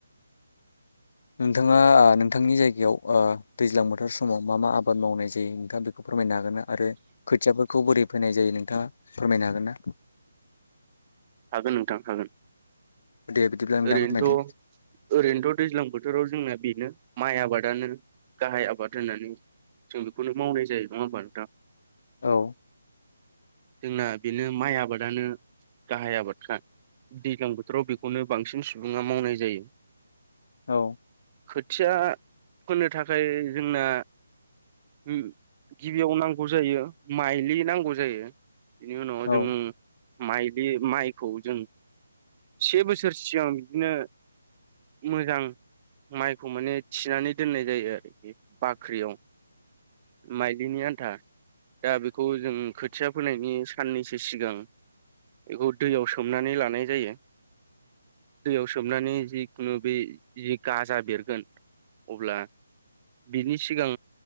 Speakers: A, on the left; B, on the right.
A: नोंथाङा ओ नोंथांनि जायगायाव दैज्लां बोथोर समाव मा मा आबाद मावनाय जायो नोंथाङा बेखौ फोरमायनो हागोन ना? आरो खोथियाफोरखौ बोरै फैनाय जायो नोंथाङा फोरमायनो हागोन ना?
B: हागोन नोंथां हागोन
A: दे बिदिब्ला नोंथां
B: ओरैनोथ'
A: फोरमायदो
B: ओरैनोथ' दैज्लां बोथोराव जोंना बेनो माइ आबादानो गाहाय आबाद होननानै जों बेखौनो मावनाय जायो नङा होमबा नोंथां?
A: औ
B: जोंना बेनो माइ आबादानो गाहाय आबादखा दैज्लां बोथोराव बेखौनो बांसिन सुबुङा मावनाय जायो ।
A: औ
B: खोथिया फोनो थाखाय जोंना ओम गिबियाव नांगौ जायो माइलि नांगौ जायो । बेनि उनाव
A: औ
B: जों माइ बे माइखौ जों से बोसोर बोसोर सिगां बिदिनो मोजां माइखौ माने थिनानै दोननाय जायो आरोखि बाख्रियाव माइलिनि आन्था दा बेखौ जों खोथिया फोनायनि साननैसो सिगां बेखौ दैयाव सोमनानै लानाय जायो । दैयाव सोबनानै जिखुनु बे जि गाजा बेरगोन अब्ला बिनि सिगां